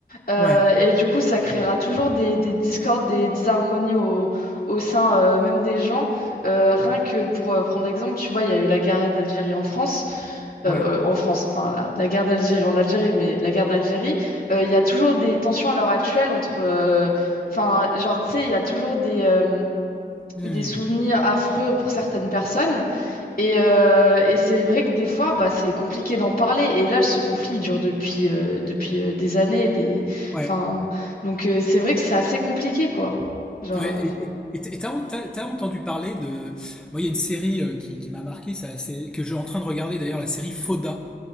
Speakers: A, on the left; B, in the centre.
A: Euh,
B: ouais,
A: et du coup, ça créera toujours des, des discordes, des disharmonies au, au sein euh, même des gens. Euh, rien que pour euh, prendre l'exemple, tu vois, il y a eu la guerre d'Algérie en France.
B: ouais.
A: euh, euh, en France, enfin la, la guerre d'Algérie en Algérie, mais la guerre d'Algérie. Euh, Il y a toujours des tensions à l'heure actuelle entre... euh, Enfin, genre, tu sais, il y a toujours des, euh,
B: Hmm.
A: des souvenirs affreux pour certaines personnes. Et, euh, et c'est vrai que des fois, bah, c'est compliqué d'en parler. Et là, ce conflit il dure depuis, euh, depuis euh, des années. Des...
B: Ouais.
A: Enfin, donc euh, c'est vrai que c'est assez compliqué, quoi. Genre,
B: Ouais.
A: euh,
B: Et et- et t'as t'as- t'as entendu parler de... Moi, il y a une série euh, qui, qui m'a marqué, ça, c'est, que je suis en train de regarder d'ailleurs, la série Fauda